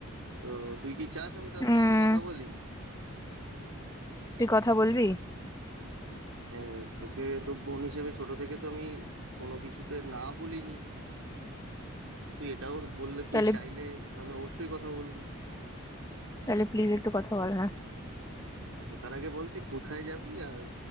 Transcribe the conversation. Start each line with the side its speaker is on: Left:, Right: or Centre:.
Right: তো তুই কি চাস আমি তাদের
Left: উম
Right: সাথে কথা বলি
Left: তুই কথা বলবি
Right: হ্যাঁ তোকে তো বোন হিসেবে ছোট থেকে তো আমি কোনো কিছুতে না বলিনি তুই এটাও বললে তুই
Left: তাহলে
Right: চাইলে আমি অবশ্যই কথা বলবো
Left: তাহলে প্লিজ একটু কথা বল না
Right: আচ্ছা তার আগে বল তুই কোথায় যাবি আর